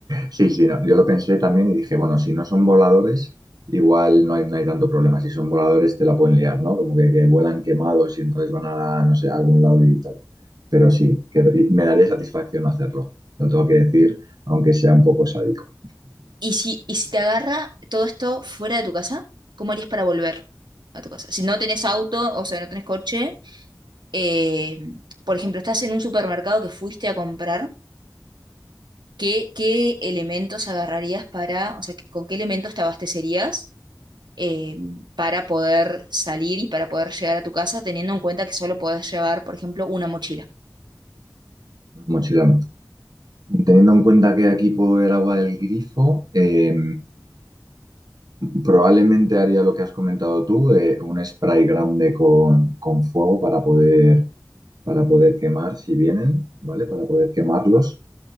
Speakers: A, on the right; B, on the right.
A: Sí, sí, no. Yo lo pensé también y dije, bueno, si no son voladores, igual no hay, no hay tanto problema. Si son voladores, te la pueden liar, ¿no? Como que, que vuelan quemados y entonces van a, no sé, a algún lado y tal. Pero sí, que, y me daría satisfacción hacerlo. Lo tengo que decir, aunque sea un poco sádico.
B: ¿Y si, y si te agarra todo esto fuera de tu casa? ¿Cómo harías para volver a tu casa? Si no tenés auto, o sea, no tenés coche. eh, por ejemplo, estás en un supermercado que fuiste a comprar, ¿qué, qué elementos agarrarías para, o sea, con qué elementos te abastecerías eh, para poder salir y para poder llegar a tu casa, teniendo en cuenta que solo podés llevar, por ejemplo, una mochila?
A: Mochila. Teniendo en cuenta que aquí puedo ver agua del grifo, eh, probablemente haría lo que has comentado tú, eh, un spray grande con, con fuego para poder para poder quemar si vienen, ¿vale? Para poder quemarlos.